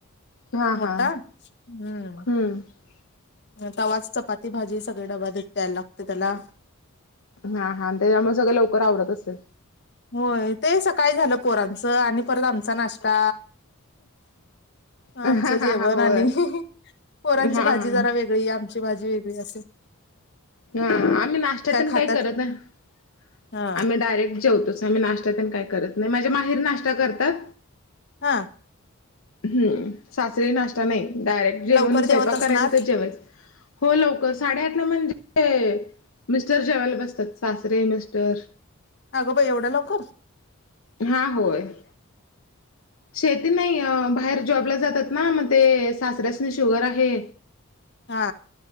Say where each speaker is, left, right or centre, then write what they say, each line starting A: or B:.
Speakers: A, on the left (about 70°); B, on the left (about 50°).
A: हा
B: मोठा
A: हा
B: हम्म
A: हम्म
B: तवाच चपाती भाजी सगळे डबा देत द्यायला लागते त्याला
A: हा हा ते आम्हाला सगळं लवकर आवडत असेल
B: होय ते सकाळी झालं पोरांचं आणि परत आमचा नाश्ता
A: हा
B: आमचं जेवण
A: हा हा होय
B: आणि पोरांची
A: हा
B: भाजी
A: हा
B: जरा वेग गळी आमची भाजी वेगळी असे
A: हा आम्ही नाश््यातन
B: खातात
A: काही करत आम्ही
B: हा
A: डायरेक्ट जेवतोच आम्ही नाश् का करत नाही माझ्या माहीर नाश्ता करतात
B: हा
A: हम्म सासरी नाश्ता नाही डायरेक्ट जेवण
B: लवकर
A: स्वयंपाक
B: जेवत असणार
A: करायच तर जेवच हो लवकर साडेआठला म्हणजे मिस्टर जेवेला बसतात सासरे मिस्टर
B: अगं बा एवढं लक
A: हा होय
B: <unintelligible>
A: शेती नाही बाहेर जॉबला जातात ना मग ते सासऱ्यासने शुगर आहे
B: हा